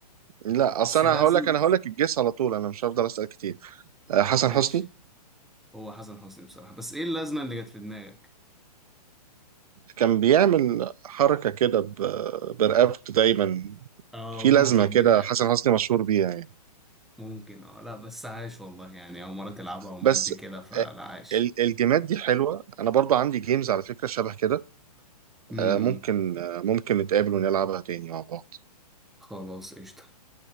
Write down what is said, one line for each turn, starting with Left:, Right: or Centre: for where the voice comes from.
Right: لا
Centre: بس
Right: اصل انا
Centre: لازمة
Right: هقول لك انا هقول لك الجيس على طول انا مش هفضل اسال كتير آه، حسن
Centre: ماشي
Right: حسني
Centre: هو حسن حسني بصراحة بس ايه اللازمة اللي جت في دماغك
Right: كان بيعمل حركة كده ب- برقبته دايما
Centre: اه
Right: في
Centre: ممكن
Right: لازمة كده
Centre: دي فعلا
Right: حسن حسني مشهور بيها يعني
Centre: ممكن اه لا بس عايش والله يعني او مرة تلعبها ومأدي
Right: بس
Centre: كده فلا
Right: آه،
Centre: عايش
Right: ال- الجيمات دي حلوة أنا برضو عندي جيمز على فكرة شبه كده
Centre: امم
Right: آه، ممكن آه، ممكن نتقابل ونلعبها تاني مع بعض
Centre: خلاص قشطة